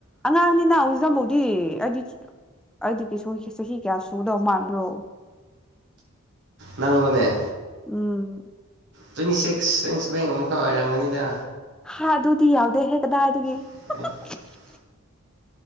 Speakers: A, in the centre; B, on the right.
A: ꯑꯉꯥꯡꯅꯤ ꯅꯎꯖꯝꯕꯧ ꯑꯩꯗꯤ ꯑꯩꯗꯤ ꯀ ꯆꯍꯤ ꯀꯌꯥ ꯁꯨꯗꯧ ꯃꯥꯟꯕ꯭ꯔꯣ
B: ꯅꯪ ꯑꯣꯏꯅꯦꯦ
A: ꯎꯝ
B: ꯇ꯭ꯋꯦꯟꯇꯤ ꯁꯤꯛꯁ ꯇ꯭ꯋꯦꯟꯇꯤ ꯁꯤꯚꯦꯟꯒ ꯑꯃꯨ ꯈꯛ ꯑꯣꯏꯔꯝꯒꯅꯤꯗ
A: ꯍꯥ ꯑꯗꯨꯗꯤ ꯌꯥꯎꯗꯦ ꯍꯦꯛ ꯀꯗꯥꯏ ꯑꯗꯨꯒꯤ
B: <unintelligible>
A: <unintelligible>